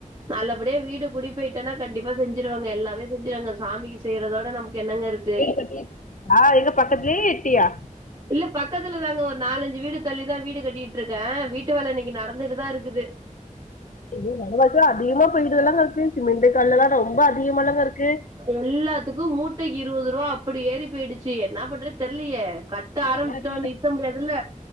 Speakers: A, on the right; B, on the left.
A: நல்லபடியா வீடு குடி போய்ட்டனா கண்டிப்பா செஞ்சிருவேங்க எல்லாமே செஞ்சிருவேங்க சாமிக்கு செய்றதோட நமக்கு என்னங்கரு
B: வீடு கட்டிட்ருக்கீங்ளா எங்க பக்கத்துலயா எட்டியா
A: இல்ல பக்கத்துல தாங்க ஒரு நாலஞ்சு வீடு தள்ளிதா வீடு கட்டிட்ருக்கே வீட்டு வேல இன்னக்கி நடந்துட்டுதா இருக்குது
B: அய்யோ வெலவாசிலா அதிகமா போயிட்டுலால்லாங்க இருக்கு சிமெண்ட்டு கல்லெல்லா ரொம்ப அதிகமால்லங்க இருக்கு
A: எல்லாத்துக்கு மூட்டைக்கு இருவது ரூபா அப்டி ஏறி போய்டுச்சு என்ன பண்றது தெர்லயே க த்த ஆரம்பிச்சுடோ
B: எல்லா வீடு
A: நிற்த்த முடியாது இல்ல.